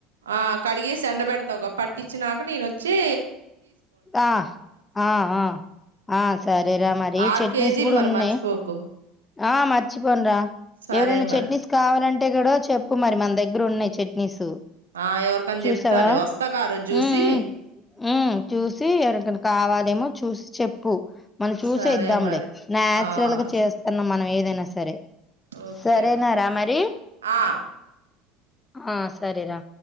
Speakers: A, on the right (about 80°); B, on the left (about 20°).
A: ఆ కడిగేసి ఎండబెడతా తవుగ పట్టించినాక నేనొచ్చి
B: ఆ ఆ ఆ ఆ సరేరా మరి
A: ఆరు
B: చట్నీస్
A: కేజీలు
B: కూడా
A: మరి
B: ఉన్నాయి.
A: మర్చిపోకు
B: ఆ మర్చిపోను రా
A: సరే
B: ఎవరైనా
A: మరి
B: చట్నీస్ కావాలంటే అంటే కూడా చెప్పు మరి మన దగ్గర ఉన్నాయి చట్నీస్
A: ఆ ఎవరికని
B: చూసావా
A: చెప్తాలే వస్తాగా ఆ రోజు చూసి
B: ఉమ్ ఉమ్ చూసి ఎవరికైన కావాలేమో చూసి చెప్పు మనం చూసే
A: సరే
B: ఇద్దాములే
A: మరి
B: నాచురల్
A: ఆ
B: గా చేస్తున్నాం
A: సరే
B: మనం ఏదైనా సరే
A: ఓకే
B: సరేనారా
A: ఓకే
B: మరి?
A: ఆ
B: ఆ సరేరా